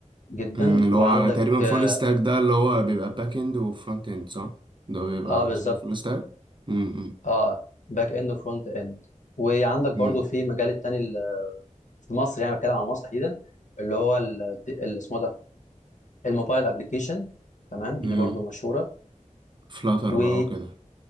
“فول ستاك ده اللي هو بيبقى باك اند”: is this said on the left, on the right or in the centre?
Right